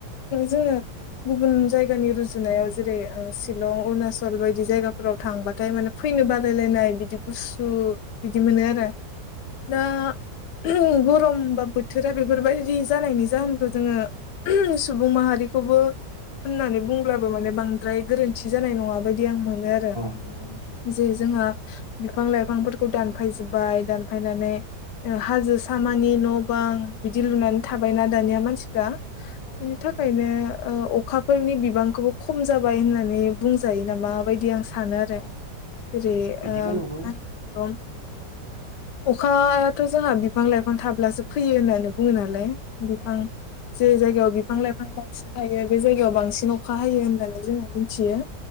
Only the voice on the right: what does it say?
औ
नंगौ नोंथां
औ
औ
बिदिबो
नंगौ
औ
औ